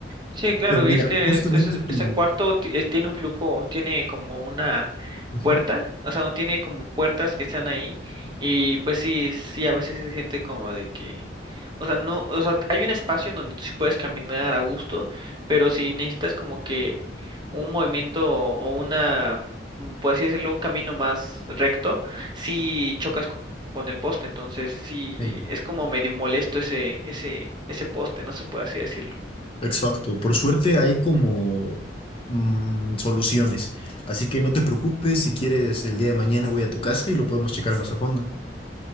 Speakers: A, on the right; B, on the left.
A: sí, claro.
B: Pero mira,
A: Y es que
B: justamente
A: es- ese,
B: tú...
A: ese cuarto ti- es- tiene un flujo, tiene como una...
B: Ujú,
A: puerta, o sea, no tiene como puertas que están ahí y pues sí, sí, a veces se siente como de que, o sea, no, o sea, hay un espacio en donde tú sí puedes caminar a gusto, pero si necesitas como que un movimiento o o una, mm, por así decirlo, un camino más recto, si chocas co- con el poste, entonces sí,
B: Sí.
A: es como medio molesto ese, ese, ese poste, no se puede así decirlo.
B: Exacto, por suerte hay como mm, soluciones, así que no te preocupes, si quieres el día de mañana voy a tu casa y lo podemos checar más a fondo.